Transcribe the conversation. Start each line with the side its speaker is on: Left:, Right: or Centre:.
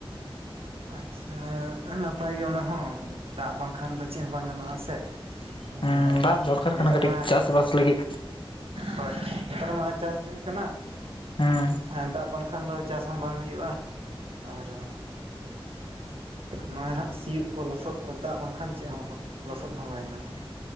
Right: ᱟᱪᱪᱷᱟ ᱱᱟᱯᱟᱭ ᱜᱮ ᱚᱱᱟ ᱦᱚᱸ ᱫᱟᱜ ᱵᱟᱝᱠᱷᱟᱱ ᱫᱚ ᱪᱮᱫ ᱦᱚᱸ ᱵᱟᱝ ᱜᱟᱱᱚᱜᱼᱟ ᱥᱮ ᱾ ᱮᱸᱻ
Left: ᱦᱩᱸ ᱫᱟᱜ ᱫᱚᱨᱠᱟᱨ
Right: ᱱᱮᱛᱟᱨ
Left: ᱠᱟᱱᱟ ᱠᱟᱹᱴᱤᱡ
Right: ᱢᱟ
Left: ᱪᱟᱥᱵᱟᱥ ᱞᱟᱹᱜᱤᱫ
Right: ᱦᱳᱭ ᱱᱮᱛᱟᱨ ᱢᱟ ᱪᱟᱥ ᱫᱤᱱ ᱠᱟᱱᱟ᱾
Left: ᱦᱮᱸ
Right: ᱦᱮ ᱫᱟᱜ ᱵᱟᱝᱠᱷᱟᱱ ᱫᱚ ᱪᱟᱥ ᱦᱚᱸ ᱵᱟᱝ ᱦᱩᱭᱩᱜᱼᱟ ᱾ ᱟᱨ ᱱᱚᱜᱼᱚᱭ ᱦᱟᱸᱜ ᱥᱤᱭᱳᱜ ᱠᱚ ᱞᱚᱥᱚᱫ ᱠᱚ ᱫᱟᱜ ᱵᱟᱝᱠᱷᱟᱱ ᱪᱮᱫ ᱦᱚᱸ ᱞᱚᱥᱚᱫ ᱦᱚᱸ ᱵᱟᱭ ᱜᱟᱱᱚᱜᱼᱟ ᱾